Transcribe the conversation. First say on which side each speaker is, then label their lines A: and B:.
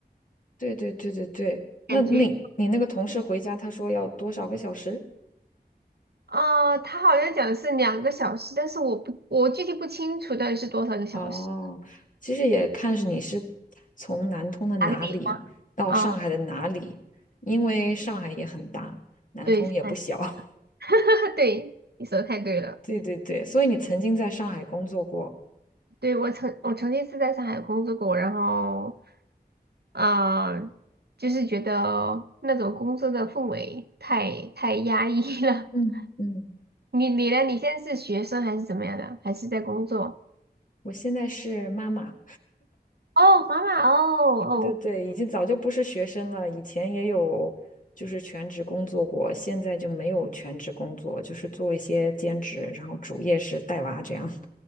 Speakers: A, on the left; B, on the right.
A: 对对对对对。那你你那个同事回家，
B: 感觉
A: 他说要多少个小时？
B: 啊，他好像讲的是两个小时，但是我不我具体不清楚到底是多少个小时，
A: 哦，其实也看是你是从南通的哪里到上海的哪里，
B: 哪个地方啊？
A: 因为上海也很大，南通也不小。
B: 对，是三十
A: <laughs>
B: <laughs> 对，你说的太对了。
A: 对对对，所以你曾经在上海工作过。
B: 对，我曾我曾经是在上海工作过，然后，呃，就是觉得那种工作的氛围太太压抑了。
A: 嗯嗯，
B: <laughs> 你你呢？你现在是学生还是怎么样的？还是在工作？
A: 我现在是妈妈。
B: 哦，妈妈，哦哦
A: 对对对，已经早就不是学生了，以前也有就是全职工作过，现在就没有全职工作，就是做一些兼职，然后主业是带娃这样。<laughs>